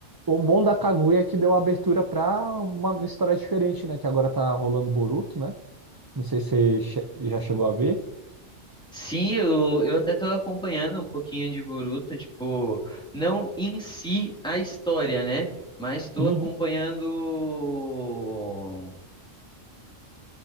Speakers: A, on the right (about 20°); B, in the centre.
A: o bom da Kaguya é que deu abertura pra uma história diferente, né? Que agora tá rolando Boruto, né? Não sei se você che- já chegou a ver.
B: Sim, eu, eu até tô acompanhando um pouquinho de Boruto, tipo, não em si a história, né? Mas tô
A: Uhum.
B: acompanhando